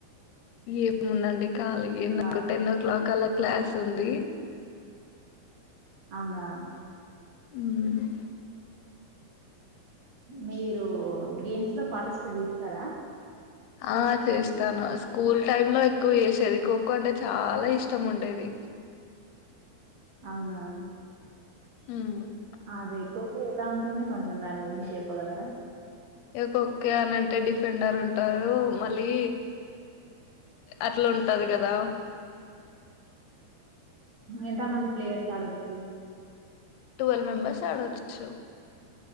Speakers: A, on the left; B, on the right.
A: ఏముందండి కాాల
B: కా
A: టెన్ ఓ క్లాక్ అలా క్లాస్ ఉంది అ
B: అవునా
A: అ
B: మీరు గేమ్స్ లో పార్టిసిపేట్ చేస్తారా
A: ఆ చేస్తాను స్కూల్ టైమ్ లో ఎక్కువ చేసేది ఖోఖో అంటే చాలా ఇష్టం ఉండేది
B: అవునా
A: ఉమ్
B: అదే కోక ఎలా ఉంటుంది కొంచెం దాని గురించి చెప్పగలరా
A: ఇకొక్కే అని అంటే డిఫెండర్ ఉంటారు మళ్ళీ అట్లా ఉంటారు కదా
B: ఎంత మంది ప్లేయర్స్ ఆడొచ్చు
A: ట్వల్వ్ మెంబర్స్ ఆడవచ్చు